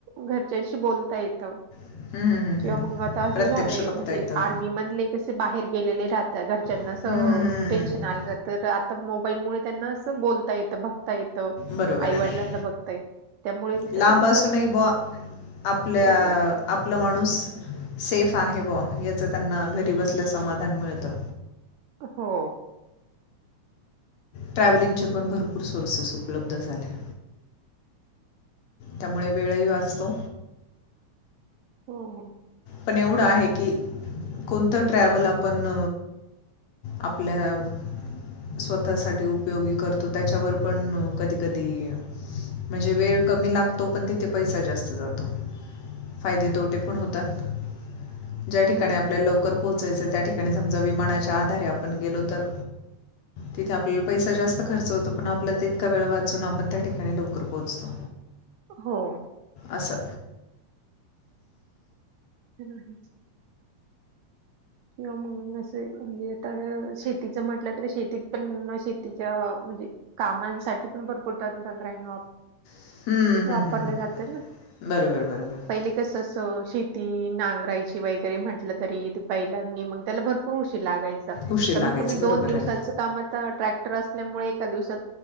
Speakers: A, on the right; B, on the left.
A: घरच्याशी. बोलता येतं.
B: हम्म, हम्म, हम्म,
A: किंवा
B: हम्म.
A: मग आता असं
B: प्रत्यक्ष
A: झालंय
B: बघता
A: म्हणजे
B: येतं
A: आर्मी मधले कसे बाहेर गेलेले राह. घरच्यांना
B: हम्म, हम्म, हम्म.
A: टेन्शन आलं तर आता मोबाईलमुळे त्यांना असं बोलता येतं बघ. ता येत
B: बरोबर
A: आईवडिलांना
B: आहे ना
A: बघता येत त्यामुळे
B: लांब
A: त्याचं खूपच
B: असूनही बुवा आपल्या
A: हो,
B: आपला माणूस सेफ. आहे व याचं त्यांना घरी बसल्यास समाधान मिळतं.
A: हो.
B: ट्रॅव्हलिंगचे पण भरपूर सोर्सेस उपलब्ध झाले. त्यामुळे वेळही वाचतो.
A: हो हो.
B: पण एवढं आहे की कोणतं ट्रॅव्हल आपण. आपल्या. स्वतः सा उपयोगी करतो त्यांच्यावर पण कधी कधी. म्हणजे वेळ कमी लागतो पण तिथे पैसा जास्त जातो फायदे तोटे पण होतात. <unintelligible> ज्या ठिकाणी आपल्याला लवकर पोहोचायचं त्या ठिकाणी समजा विमानाच्या आधारे आपण गेलो तर. तिथे आपल्याला पैसा जास्त खर्च होतो पण आपला ततका वेळ वाचून आपण त्या ठिकाणी लवकर पोहोचतो.
A: हो.
B: असं.
A: जरूर. किंवा मग असं म्हणजेता शेतीच म्हटलं तर शेतीत पण शेतीच्या. म्हणजे कामांसाठी पण भरपूर त तंत्रन आप
B: हम्म, हम्म,
A: वापरल्या
B: हम्म, हम्म.
A: जाते ना
B: बरोबर बरोबर
A: पहिले कस अस शेती. ती नांगरायची वगैरे म्हटलं तरी बैलांनी मग त्याला भरपूर. लागायचं
B: उशीर
A: कमीत
B: लागायचं
A: कमी
B: बरोबर
A: दोन दिवसाचं
B: आहे
A: कामाचं ट्रॅक्टर असल्यामुळे एखाद दुसरा